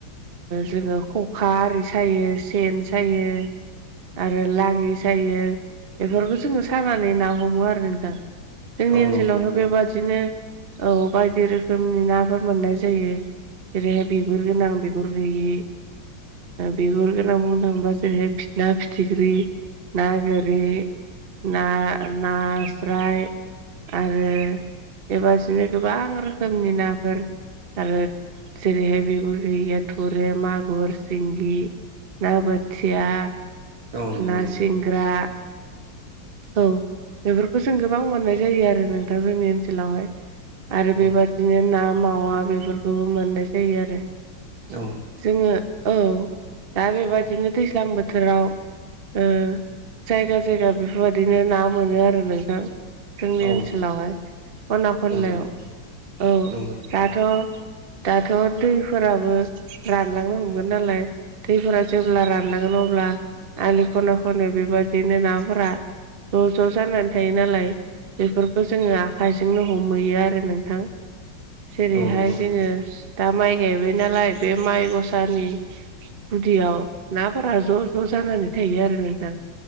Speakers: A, on the right (about 50°); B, on the right (about 80°).
A: जोङो खखा आरि सायो सेन सायो। आरो लाङि सायो। बेफोरखौ जोङो सानानै ना हमो आरो नोंथां जोंनि
B: औ
A: ओनसोलावहाय
B: नंगौ नोंथां
A: बेबादि बिदिनो औ बायदि रोखोमनि नाफोर मोननाय जायो। जेरैहाय बिगुर गोनां बिगुर गैयि बिगुर गोनां बुंनो थाङोबा जेरैहाय ना फिथिख्रि ना गोरि ना नास्राय आरो बेबादिनो गोबां रोखोमनि नाफोर आरो जेरैहाय बिगुर गैयैया थुरे मागुर सिंगि ना बोथिया
B: औ नंगौ
A: ना
B: नोंथां
A: सिंग्रा औ बेफोरखौ जों गोबां मोननाय जायो आरो नोंथां जोंनि ओनसोलावहाय आरो
B: औ
A: बेबादिनो ना मावा बेफोरखौबो मोननाय जायो आरो।
B: औ
A: जोङो औ दा बेबायदिनो दैज्लां बोथोराव जायगा जायगा बेफोरबायदिनो ना मोनो आरो नोंथां। जोंनि
B: नंगौ
A: ओनसोलावहाय खना खनलायाव
B: नंगौ नोंथां
A: औ
B: नंगौ नोंथां
A: दाथ' दाथ' दैफोराबो रानलांनो हमगोन नालाय दैफोरा जेब्ला रानलङोन नम अब्ला आलि खना खनायाव बेबायदिनो नाफोरा ज' ज' जानानै थायो नालाय बेफोरखौ जोङो आखाइजोंनो हमहैयो आरो नोंथां जेरैहाय
B: औ नंगौ नोंथां
A: जोङो दा माइ गायबाय नालाय बे माइ गसानि गुदियाव नाफोरा ज' ज' जानानै थायो आरो नोंथां